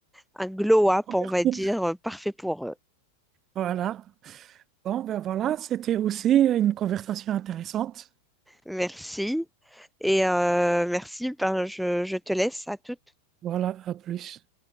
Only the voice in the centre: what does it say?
un glow-up,
on va
dire, euh, parfait pour eux.
Merci. Et euh, merci, ben, je, je te laisse à toutes.